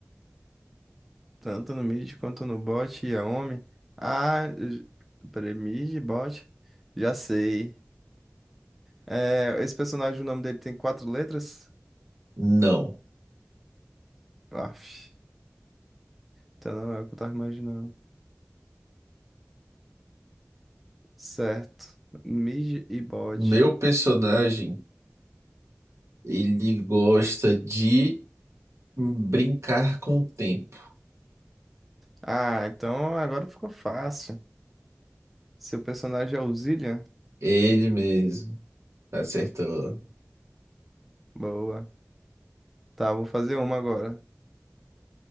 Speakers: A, in the centre; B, on the right.
A: Tanto no mid quanto no bot e a Omi. Ah, j- peraí, mid, bot. Já sei. É, esse personagem, o nome dele tem quatro letras?
B: Não.
A: Aff, então não é o que eu tava imaginando. Certo. Mid e bot.
B: Meu personagem, ele gosta de brincar com o tempo.
A: Ah, então agora ficou fácil. Seu personagem é o Zillian?
B: Ele mesmo. Acertou.
A: Boa. Tá, vou fazer uma agora.